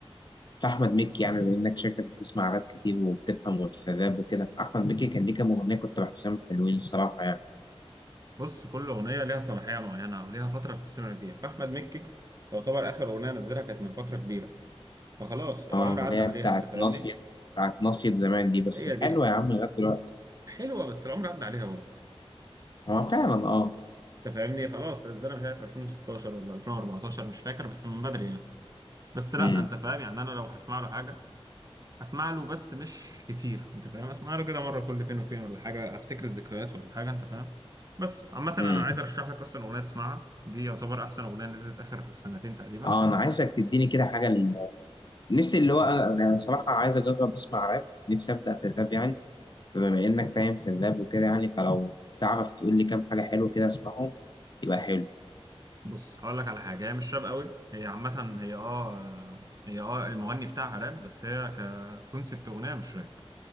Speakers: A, on the left; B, on the right.
A: في احمد مكي يعني بما انك شايفك بتسمع راب كتير وبتفهم في الراب وكده احمد مكي كان ليه كام اغنيه كنت بحسهم حلوين الصراحه يعني
B: بص كل اغنيه ليها صلاحيه معينه او ليها فتره بتستمع فيها فاحمد مكي يعتبر اخر اغنيه نزلها كانت من فتره كبيره فخلاص العمر
A: اه اللي
B: عدى
A: هي
B: عليها
A: بتاعت
B: انت فاهمني
A: مصيد بتاعت مصيد زمان دي بس
B: هي دي
A: حلوة يا عم لغاية دلوقتي
B: حلوه بس العمر عدى عليها برضه
A: هو فعلا اه
B: انت فاهمني خلاص انا مش عارف 2016 ولا 2014 مش فاكر بس من بدري يعني بس لا
A: امم
B: انت فاهم يعني انا لو هسمع له حاجه اسمع له بس مش كتير انت فاهم اسمع له كده مره كل فين وفين ولا حاجه افتكر الذكريات ولا حاجه انت فاهم بس عامه انا
A: امم
B: عايز ارشح لك اصلا اغنيه تسمعها دي يعتبر احسن اغنيه نزلت اخر سنتين تقريبا
A: اه انا عايزك تديني كده حاجة ال- نفسي اللي هو انا أنا صراحة عايز اجرب اسمع راب نفسي ابدأ في الراب يعني فبما انك فاهم في الراب وكده يعني فلو تعرف تقول لي كام حاجة حلوة كده اسمعهم يبقى حلو
B: بص هقول لك على حاجه هي مش راب قوي هي عامه هي اه هي اه المغني بتاعها راب بس هي ككونسبت اغنيه مش راب